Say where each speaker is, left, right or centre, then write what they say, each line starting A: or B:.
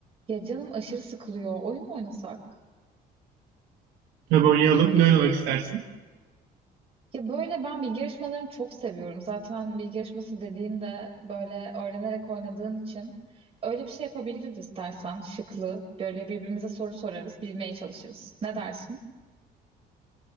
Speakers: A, on the right; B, on the right.
A: Ya canım aşırı sıkılıyor. Oyun mu oynasak?
B: Tabii oynayalım. Ne oynamak istersin?
A: Ya böyle ben bilgi yarışmalarını çok seviyorum. Zaten bilgi yarışması dediğinde böyle öğrenerek oynadığın için öyle bir şey yapabiliriz istersen. Şıklı. Böyle birbirimize soru sorarız, bilmeye çalışırız. Ne dersin?